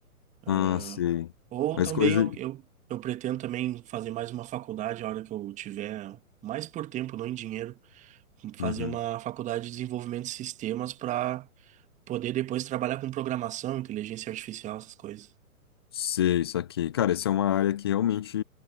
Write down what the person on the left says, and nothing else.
Ah, sei.
As
coisas...
Uhum.
Sei, isso aqui. Cara, essa é uma área que realmente